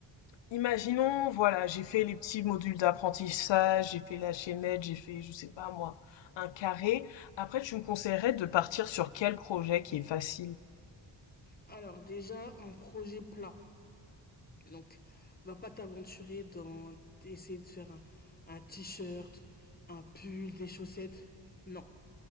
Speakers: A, on the left; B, on the left.
A: Imaginons, voilà, j'ai fait les petits modules d'apprentissage, j'ai fait la chaînette, j'ai fait, je sais pas moi, un carré. Après, tu me conseillerais de partir sur quel projet qui est facile?
B: Alors déjà, un projet plat. Donc, va pas t'aventurer dans essayer de faire un, un t-shirt, un pull, des chaussettes. Non,